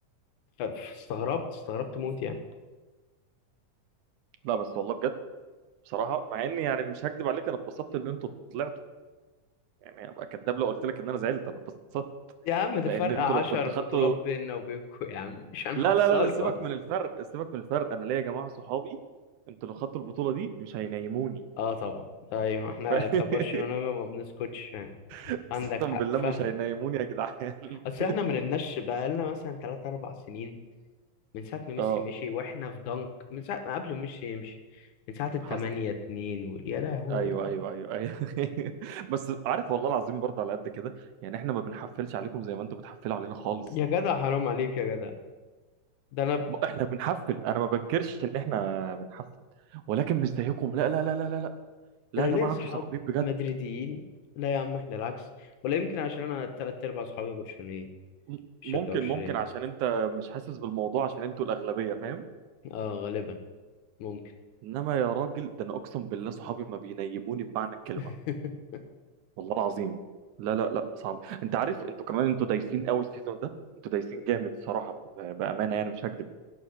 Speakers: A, on the left; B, on the right.
A: ف- فاستغربت استغربت موت يعني
B: لا بس والله بجد بصراحه مع اني يعني مش هكدب عليك انا اتبسطت ان انتوا طلعتوا يعني ابقى كداب لو قلت لك ان انا زعلت انا اتبسطت
A: يا عم ده
B: لان
A: فرق
B: انتوا
A: عشر
B: لو كنت خدتوا
A: بطولات بيننا وبينكم يا عم مش هنحصلكوا
B: لا لا لا لا، سيبك من الفرق سيبك من الفرق انا ليا يا جماعه صحابي انتوا لو خدتوا البطوله دي مش هينيموني
A: اه طبعا ايوه احنا
B: <laughs> ف-
A: كبرشلونة ما بنسكتش يعني
B: اقسم
A: عندك حق
B: بالله
A: فاهمك
B: مش هينيموني يا جدعان <laughs>
A: اصل احنا ما نمناش بقالنا مثلا 3 4 سنين من ساعة ما ميسي
B: اه
A: مشي واحنا في ضنك من ساعة ما قبل ما ميسي يمشي من ساعة التمانية
B: حصل
A: اتنين وال- يا لهوي
B: ايوه ايوه ايوه ايوه <laughs> بس عارف والله العظيم برضه على قد كده يعني احنا ما بنحفلش عليكم زي ما انتوا بتحفلوا علينا خالص
A: يا جدع حرام عليك يا جدع ده انا
B: ب- احنا بنحفل انا ما بنكرش ان احنا بنحفل ولكن مش زيكم لا لا لا لا لا لا لا
A: ده انا
B: يا جماعه
A: ليا اصحاب
B: انتوا صعبين بجد
A: مدريديين لا يا عم احنا العكس ولا يمكن عشان انا تلات ارباع اصحابي برشلونيين
B: م-
A: مشجعوش
B: ممكن ممكن
A: ريال
B: عشان انت مش حاسس بالموضوع عشان انتوا الاغلبيه فاهم
A: اه غالبا ممكن
B: انما يا راجل ده انا اقسم بالله صحابي ما بينيموني بمعنى الكلمه
A: <laughs>
B: والله العظيم لا لا لا صعب انت عارف انتوا كمان انتوا دايسين قوي السيزون ده انتوا دايسين جامد صراحه ب- بامانه يعني مش هكذب